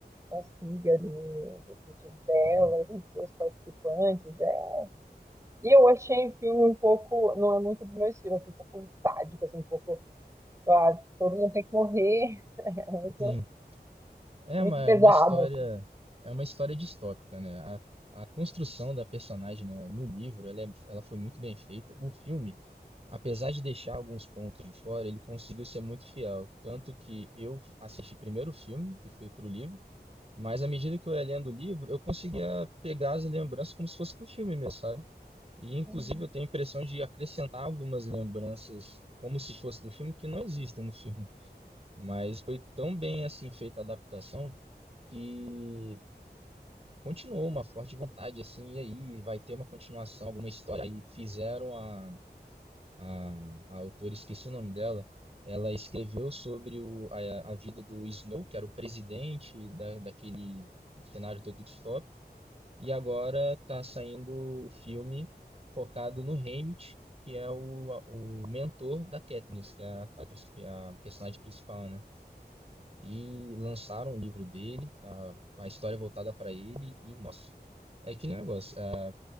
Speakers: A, on the right; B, on the right.
A: consiga ali, os objetivos dela,
B: sim,
A: e dos seus participantes. É. E eu achei o filme um pouco, não é muito do meu estilo, assim, um pouco sádico, assim, um pouco, ah, todo mundo tem que morrer, <laughs> é muito,
B: sim. É
A: muito
B: uma,
A: pesado.
B: é uma história, é uma história distópica, né? A, a construção da personagem, né, no livro, ela, é- ela foi muito bem feita. O filme, apesar de deixar alguns pontos de fora, ele conseguiu ser muito fiel. Tanto que eu assisti primeiro o filme e fui pro livro, mas à medida que eu ia lendo o livro, eu conseguia pegar as lembranças como se fosse do filme mesmo, sabe? E inclusive
A: assim.
B: eu tenho a impressão de acrescentar algumas lembranças como se fosse do filme que não existem no filme. Mas foi tão bem assim feita a adaptação que continuou uma forte vontade assim, e aí vai ter uma continuação, alguma história. Aí fizeram a, a, a autora, esqueci o nome dela, ela escreveu sobre o, a, a vida do Snow, que era o presidente da, daquele cenário todo distópico, e agora está saindo o filme focado no Haymitch, que é o, o mentor da Katniss, que é a, a, atriz- a personagem principal, né? e lançaram o livro dele, ah, uma história voltada para ele, e nossa, é aquele negócio, ah,